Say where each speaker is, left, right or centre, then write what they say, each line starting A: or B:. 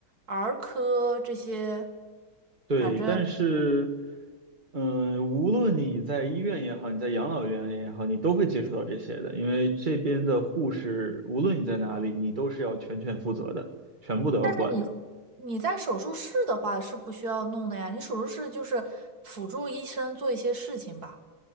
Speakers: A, on the right; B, on the right.
A: 儿科这些，
B: 对，
A: 反正。
B: 但是，嗯，无论你在医院也好，你在养老院也好，你都会接触到这些的，因为这边的护士，无论你在哪里，你都是要全权负责的，全部都要管的。
A: 但是你你在手术室的话是不需要弄的呀，你手术室就是辅助医生做一些事情吧。